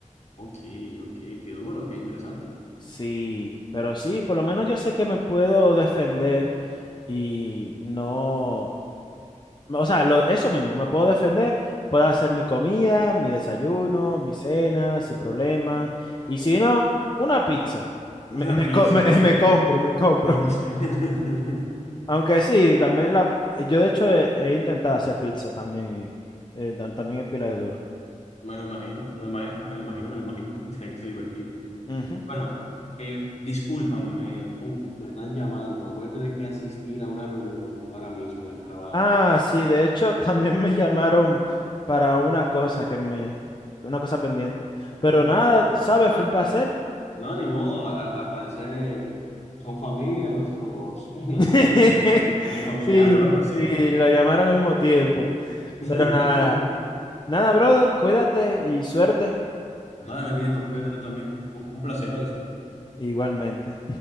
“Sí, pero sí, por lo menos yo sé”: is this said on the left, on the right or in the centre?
Left